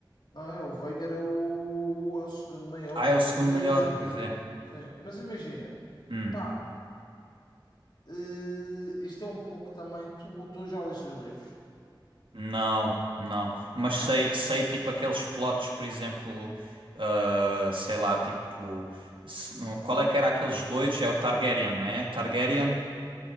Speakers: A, on the left; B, on the right.
A: Não, é, o Veigar é o, é o segundo maior,
B: Ah, é
A: pelo
B: o segundo
A: que dizem.
B: maior, pois é.
A: Sim, mas imagina,
B: Hum,
A: pá, eh, isto é um pouco também. Tu, tu já leste os livros?
B: não, não. Mas
A: Não?
B: sei, sei tipo aqueles plotos, por exemplo, ah, sei lá, tipo. se- não- Qual é que era aqueles loiros? É o Targaryen, né? Targaryen.